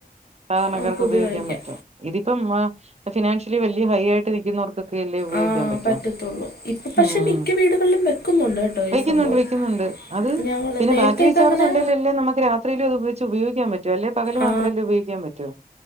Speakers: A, on the right (about 45°); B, on the left (about 85°).
A: സാധാരണക്കാർക്ക്
B: നമുക്ക് ഉപയോഗിക്കാം
A: ഉപയോഗിക്കാൻ പറ്റും ഇതിപ്പം ആഹ് ഫിനാൻഷ്യലി വലിയ ഹൈ ആയിട്ട് നിൽക്കുന്നവർക്ക് ക്കെയല്ലേ ഉപയോഗിക്കാൻ
B: ആ
A: പറ്റു
B: പറ്റത്തുള്ളൂ ഇപ്പം പക്ഷെ
A: മ്ഹ്
B: മിക്ക വീടുകളിലും വെക്കുന്നുണ്ട് കേട്ടോ
A: വെക്കുന്നുണ്ട്
B: ഈ സംഭവം
A: വെക്കുന്നുണ്ട്. അത്
B: ഞങ്ങൾ
A: പിന്നെ
B: നേരത്തെയൊക്കെ
A: ബാറ്ററി ചാർജ്
B: അങ്ങനെ
A: ഉണ്ടേലല്ലേ നമുക്ക് രാത്രി ത്രിലും അത് വെച്ച് ഉപയോഗിക്കാൻ പറ്റു അല്ലെ പകല്
B: ആ
A: മാത്രമല്ലേ ഉപയോഗിക്കാൻ പറ്റു